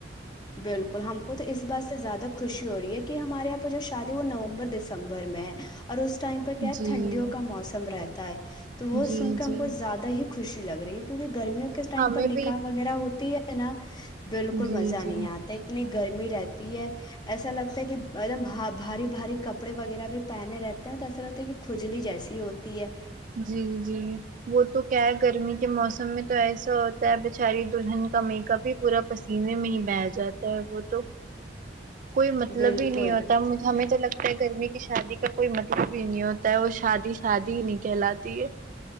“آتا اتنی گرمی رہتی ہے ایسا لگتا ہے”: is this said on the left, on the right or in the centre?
Left